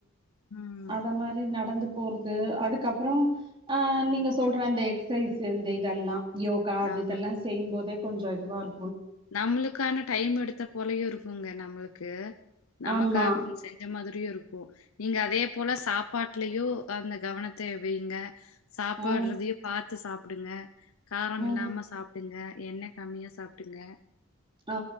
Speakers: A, on the left; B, on the right.
A: அ.
B: அத மாரி நடந்து போறது அதுக்கப்புறோ அ நீங்க சொல்ற அந்த எக்சைஸு இந்த இதெல்லா யோகா அது
A: ஆமாங்க.
B: இதெல்லா செய்யும்போதே கொஞ்சோ இதுவாரு
A: நம்முளுக்கான டைம் எடுத்த போலையு இருக்குங்க நம்மளுக்கு நமக்காகன்
B: ஆமா
A: செஞ் ச மாதிரியு இருக்கு. நீங்க அதே போல சாப்பாட்லியு அந்த கவனத்த வெய்ங்க. சாப்பாட்றதையு
B: ம்
A: பாத்து சாப்புடுங்க காரம்
B: ம்
A: இல்லாம சாப் டுங்க எண்ண கமியா சாப்டுங்க.
B: ஆ